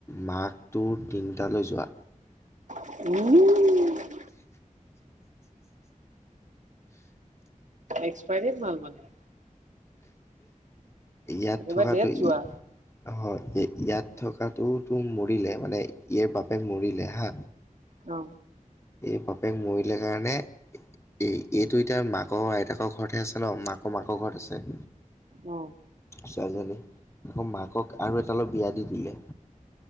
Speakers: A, on the left (about 20°); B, on the right (about 60°).
A: মাক তোৰ তিনিটালৈ যোৱা।
B: উম। এক্সপাইৰ মাল মানে।
A: ইয়াত
B: একেবাৰে
A: থকাটো
B: ডেট যোৱা
A: ই হয় ইয়াত থকাটো তো মৰিলে মানে ইয়াৰ বাপেক মৰিলে হা।
B: অ।
A: এই বাপেক মৰিলে কাৰণে এই এইটো এতিয়া মাকৰ আইতাকৰ ঘৰতহে আছে ন মাকৰ মাকৰ ঘৰত আছে।
B: উম।
A: ছোৱালী আকৌ মাকক আৰু এটালে বিয়া দি দিলে।